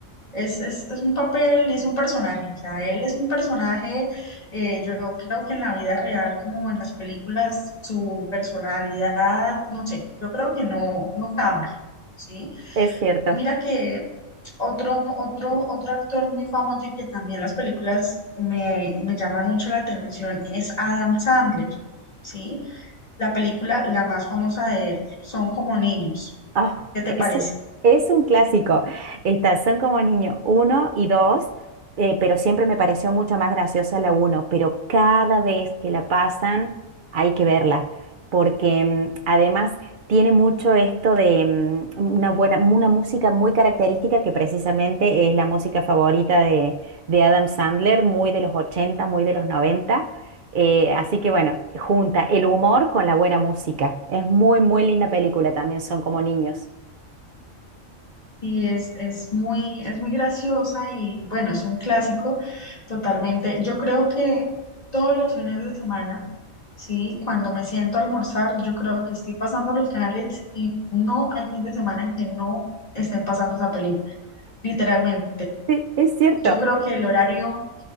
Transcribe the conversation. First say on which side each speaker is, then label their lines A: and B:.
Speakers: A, on the left; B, on the right.
A: Es, es, es un papel y es un personaje, o sea, él es un personaje, eh, yo creo que en la vida real como en las películas, su personalidad, no sé, yo creo que no, no cambia, ¿sí?
B: Es cierto.
A: Mira que otro, otro, otro actor muy famoso y que también las películas me, me llaman mucho la atención es Adam Sandler, ¿sí? La película, la más famosa de él, Son como niños.
B: Ah,
A: ¿Qué te
B: es,
A: parece?
B: es un clásico. Estas son como niño uno y dos, eh, pero siempre me pareció mucho más graciosa la uno, pero cada vez que la pasan hay que verla, porque mm, además tiene mucho esto de mm, una buena, una música muy característica que precisamente es la música favorita de, de Adam Sandler, muy de los 80, muy de los 90. Eh, así que bueno, junta el humor con la buena música. Es muy, muy linda película también, son como niños.
A: Sí, es, es muy, es muy graciosa y bueno, es un clásico totalmente. Yo creo que todos los fines de semana, sí, cuando me siento a almorzar, yo creo que estoy pasando los canales y no hay fin de semana en que no estén pasando esa película, literalmente.
B: Sí, es cierto.
A: Yo creo que el horario